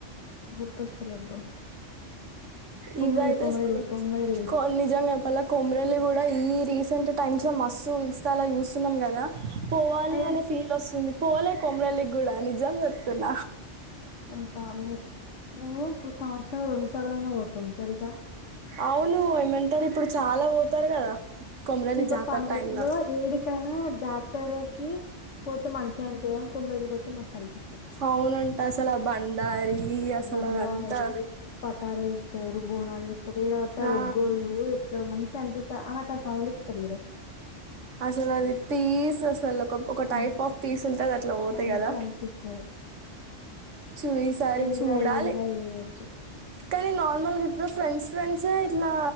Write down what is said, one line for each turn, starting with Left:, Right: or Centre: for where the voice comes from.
Left: గుర్తొస్తలే బ్రో కొమరల్లి
Right: ఇవ అయితే
Left: కొమరల్లి
Right: స్కూల్
Left: కొమరల్లి
Right: కొ నిజంగా వలా కొమిరెల్లి కూడా ఈ రీసెంట్ టైమ్స్లో మస్తు ఇన్స్టాలో చూస్తున్నాం కదా పోవాలి
Left: అయ్యా
Right: అనే ఫీల్ వస్తుంది పోలే కొమరల్లికి కూడా నిజం చెప్తున్న
Left: ఏం సామి మేము ఇప్పుడు సంవత్సరం రెండు సార్లు అన్నా పోతాం తెలుసా
Right: అవును ఏమంటారు ఇప్పుడు చాలా పోతారు కదా కొమరవెల్లి
Left: ఇంకా
Right: జాతర
Left: పండుగ
Right: టైంలో
Left: ఇం ఏడికైనా జాతరకి పోతే మంచిగా అనిపియ్యదు కానీ కొమ్మరెల్లి పోతే మస్త్ అనిపిస్తది
Right: అవునంట అసలు ఆ బండారి అసలు
Left: బంధాయి
Right: అదంతా
Left: పట్ ట్టాలు వేస్తారు బోనాలు చేస్తారు ఏడ పడితే ఆడ
Right: ఆ,
Left: ఒగ్గోళ్ళు ఎట్ల మంచి గ అనిపిస్తా నాకు ఆ సౌండ్ ఇష్టం చూడు
Right: అసలు అది పీస్ అసలు ఒక
Left: ఆ,
Right: టైప్ ఆఫ్ పీస్ ఉంటది అట్లా పోతే
Left: మంచిగా
Right: కదా
Left: అనిపిస్తుంది
Right: చూ ఈసారి
Left: ఎంజాయ్
Right: చూడాలి
Left: ఎంజాయ్ చేయొచ్చు
Right: కానీ నార్మల్గా ఇప్పుడు ఫ్రెండ్స్ ఫ్రెండ్సే ఇట్లా